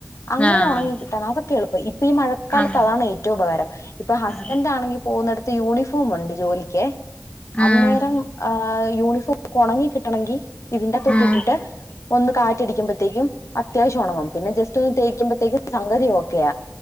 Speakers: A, on the left (about 65°); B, on the left (about 25°).
A: അങ്ങനെ
B: ആഹ്
A: ഒണങ്ങി കിട്ടാൻ അതൊ കേൾപ്പ ഇപ് പ്പ ഈ മഴക്കാലത്ത്
B: ആഹ് അങ്ങനെ
A: അതാണ് ഏറ്റവും ഉപകാരം ഇപ്പൊ ഹസ്ബൻഡ്
B: അതെ
A: ആണെങ്കി പോകുന്നടുത്ത് യൂണിഫോം ഉണ്ട് ജോലിക്കെ
B: ആഹ്
A: അന്നേരം ആ യൂണിഫോം ഒണങ്ങി കിട്ടണെങ്കി ഇതിന്റെ അകത്തുട്ട്
B: ആഹ്
A: ഇട്ടിട്ട് ഒന്ന് കാറ്റടി ക്കുമ്പത്തേക്കും അത്യാവശം ഒണങ്ങും പിന്നെ ജസ്റ്റ് ഒന്ന് തേക്കുമ്പ പ്രത്യേക സംഗതി ഓക്കെയാ